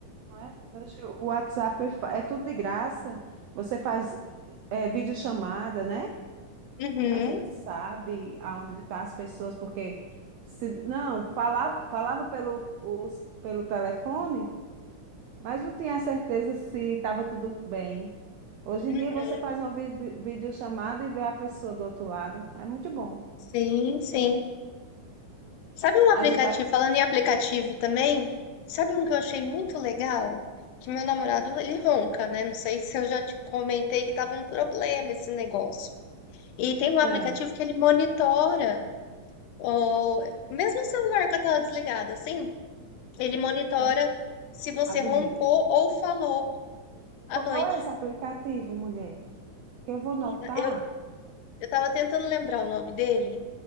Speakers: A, on the right (about 80°); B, on the left (about 75°).
A: não é? Hoje o WhatsApp fa- é tudo de graça. Você faz é, videochamada, né?
B: Uhum.
A: A gente sabe aonde estão as pessoas, porque se não, falava, falava pelo, os- pelo telefone, mas não tinha certeza se estava tudo bem. Hoje em
B: uhum.
A: dia você faz uma vide- videochamada e vê a pessoa do outro lado. É muito bom.
B: Sim, sim. Sabe um aplicativo,
A: A gente tá...
B: falando em aplicativo também, sabe um que eu achei muito legal? Que meu namorado, ele ronca, né? Não sei se eu já te comentei que tava um problema esse negócio. E tem um aplicativo
A: Não.
B: que ele monitora, o... mesmo o celular com a tela desligada, assim, ele monitora
A: E é
B: se você
A: a
B: roncou
A: dormida.
B: ou falou à
A: Qual
B: noite.
A: é esse aplicativo, mulher? Que eu vou
B: Menina,
A: notar,
B: eu, eu tava tentando lembrar o nome dele